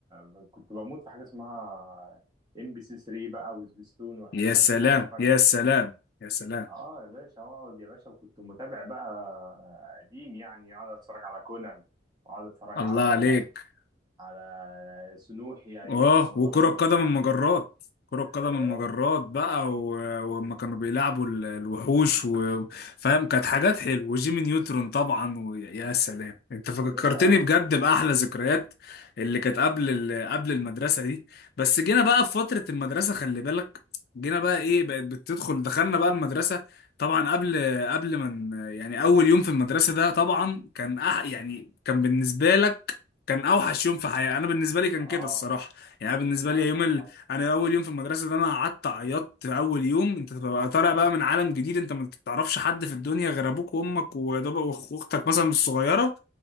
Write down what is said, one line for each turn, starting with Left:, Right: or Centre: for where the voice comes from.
Right: ب- كنت بموت في حاجة اسمها ام بي سي 3 بقى وسبيستون والحاجات
Left: يا
Right: دي
Left: سلام
Right: انا كنت بقعد اتفرج
Left: يا سلام
Right: عليهم
Left: يا سلام
Right: اه يا باشا اقعد يا باشا وكنت متابع بقى قديم يعني اقعد اتفرج على كونان واقعد اتفرج
Left: الله
Right: على
Left: عليك
Right: على سنوحي يعني إيه،
Left: اه
Right: في رمضان
Left: وكرة قدم
Right: اتفرج على
Left: المجرات كرة قدم
Right: يا سلام
Left: المجرات بقى و- ولما كانوا بيلعبوا ال- الوحوش و- فاهم كانت حاجات حلوة وجيمي نيوترون طبعا ويا يا سلام انت فكرتني
Right: يا باشا
Left: بجد بأحلى ذكريات اللي كانت قبل ال- قبل المدرسة دي بس جينا بقى في فترة المدرسة خلي بالك جينا بقى ايه بقت بتدخل دخلنا بقى المدرسة طبعا قبل قبل ما ن- يعني اول يوم في المدرسة ده طبعا كان أح يعني كان بالنسبة لك كان اوحش يوم في حياتي انا بالنسبه لي كان
Right: اه
Left: كده الصراحه يعني أنا بالنسبه
Right: لا
Left: لي
Right: لا
Left: يوم ال...
Right: لا،
Left: انا اول يوم في المدرسه ده انا قعدت عيطت اول يوم انت بتبقى طالع بقى من عالم جديد انت ما بتعرفش حد في الدنيا غير ابوك وامك ويا دوب وأخ- واختك مثلا الصغيره